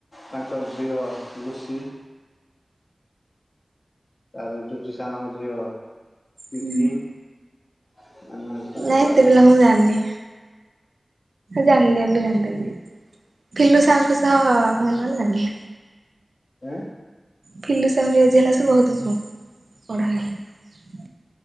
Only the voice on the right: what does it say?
ହୁଁ
ନାଇଁ
ଏତେ
ପିଲାଙ୍କୁ ମୁଁ ଜାଣିନି ଜାଣିଲି ଏବେ ଜାନିଦେଲି। ଫିଲୁ ସାାନଙ୍କ ସହ ହ ଭଲ ଲାଗେ।
ଫିଲୁ ସାର ଙ୍କ ଏଜ୍ ବହୁତ ବଡ଼ ହେଲାଣି।